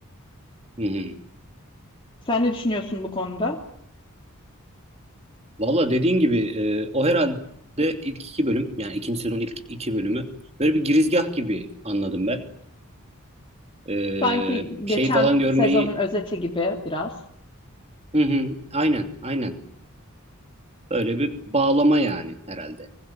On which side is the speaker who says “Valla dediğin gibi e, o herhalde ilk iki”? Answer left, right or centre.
Right